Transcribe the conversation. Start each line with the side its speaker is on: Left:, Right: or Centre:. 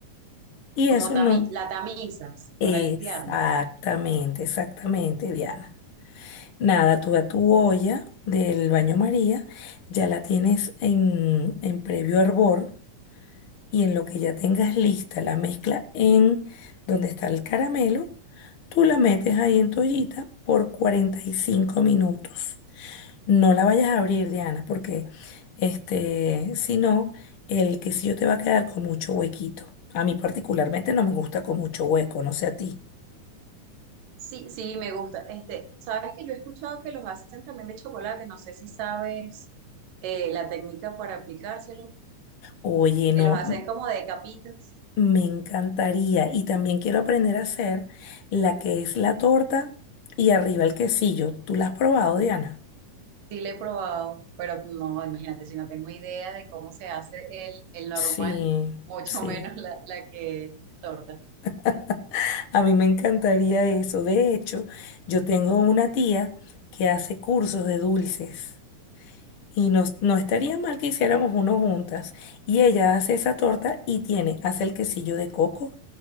Left: Y eso
Right: Como tami-
Left: no.
Right: la tamizas
Left: Exactamente,
Right: para limpiarlo.
Left: exactamente, Diana. Nada, tú a tu olla del baño María, ya la tienes en, en previo hervor y en lo que ya tengas lista la mezcla en donde está el caramelo, tú la metes ahí en tu ollita por 45 minutos. No la vayas a abrir, Diana, porque este, si no, el quesillo te va a quedar con mucho huequito. A mí particularmente no me gusta con mucho hueco, no sé a ti.
Right: Sí, sí, me gusta. Este, sabes que yo he escuchado que los hacen también de chocolate, no sé si sabes eh, la técnica para aplicárselo,
Left: Oye, no.
Right: que los hacen como de capitas.
Left: Me encantaría. Y también quiero aprender a hacer la que es la torta y arriba el quesillo. ¿Tú la has probado, Diana?
Right: Sí, le he probado, pero no, imagínate, si no tengo idea de cómo se hace el, el normal,
Left: Sí,
Right: <laughs> mucho
Left: sí.
Right: menos la, la que es torta.
Left: <laughs> A mí me encantaría eso. De hecho, yo tengo una tía que hace cursos de dulces y nos, no estaría mal que hiciéramos uno juntas. Y ella hace esa torta y tiene, hace el quesillo de coco,